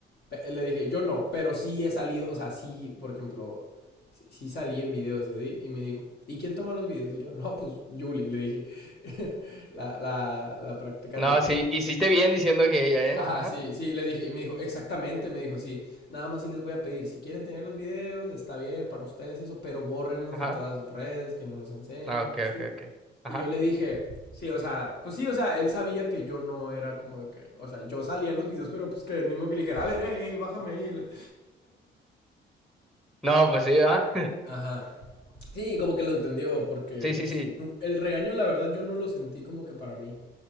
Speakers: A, on the left (about 55°); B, in the centre.
A: Pe- Le dije, yo no, pero sí he salido, o sea, sí, por ejemplo, sí, sí salí en videos y así. Y me dijo, ¿y quién toma los videos? Y yo, no, pues Julie, le dije, <laughs> la, la, la practicante,
B: No,
A: pues.
B: sí, hiciste bien diciendo que ella, ¿eh?
A: Ajá,
B: Ajá.
A: sí, sí, le dije, y me dijo, exactamente, me dijo, sí, nada más sí les voy a pedir, si quieren tener los videos, está bien para ustedes y eso, pero bórrenlos
B: Ajá.
A: de todas sus redes, que nos los enseñen
B: Ah, ok,
A: y así.
B: ok, ok. Ajá.
A: Y yo le dije, sí, o sea, pues sí, o sea, él sabía que yo no era como de que, o sea, yo salía en los videos, pero pues que el mismo que le dijera, a ver, hey, bájame ahí. le-
B: No, pues sí, ah. <laughs>
A: Ajá. Sí, como que lo entendió, porque
B: Sí, sí,
A: sí,
B: sí.
A: nu- el regaño, la verdad, yo no lo sentí como que para mí.